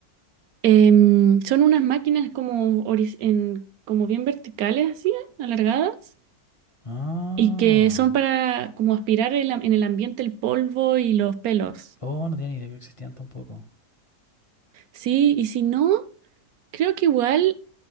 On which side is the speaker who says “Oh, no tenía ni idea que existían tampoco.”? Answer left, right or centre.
Left